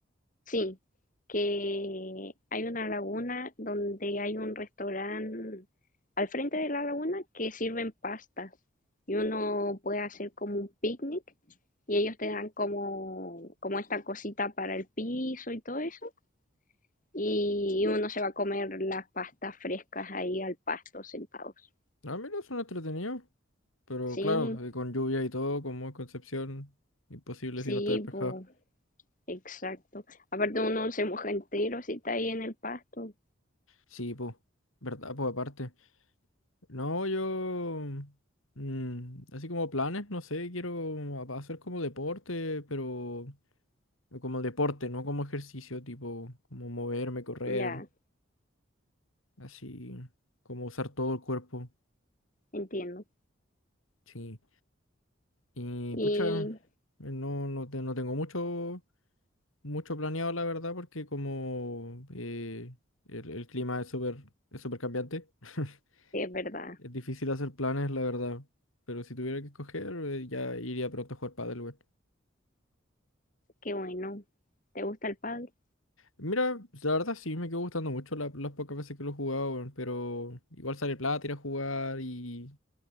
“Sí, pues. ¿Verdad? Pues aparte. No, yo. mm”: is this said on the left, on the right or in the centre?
Left